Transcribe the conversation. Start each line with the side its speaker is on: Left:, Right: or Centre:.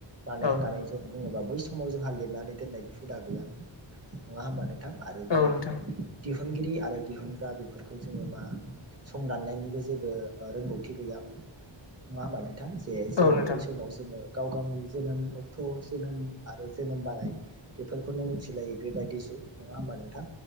Right: मानो
Left: औ
Right: होननानै जों बुङोबा बै समाव जोंहा लिरनानै दोननायबो हुदा गैयामोन नङा होमबा नोंथां आरो
Left: औ
Right: बेबायदिनो
Left: नोंथां
Right: दिहुनगिरि आरो दिहुनग्रा बेफोरखौ जोङो मा संना नायनिबो जेबो ओ रोंगौथि गैयामोन नङा होमबा नोंथां जे जेन'
Left: औ नोंथां
Right: बै समाव जोङो गाव गावनि जोनोम अक्ट' जोनोम आरो जोनोम बाराय बेफोरखौनो मिथिलायि बेबायदि जुग नङा होमबा नोंथां